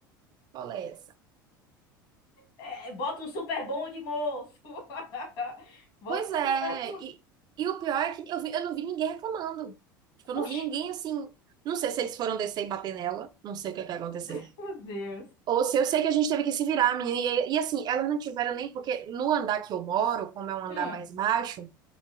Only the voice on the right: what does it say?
Cola é essa?
Pois é,
e, e o pior é que eu, vi- eu não vi ninguém reclamando. Tipo, eu não
vi ninguém assim. Não sei se eles foram descer e bater nela, não sei o que é que aconteceu.
Ou se eu sei que a gente teve que se virar, menina. E, e assim, elas não tiveram nem, porque no andar que eu moro, como é um andar
mais baixo,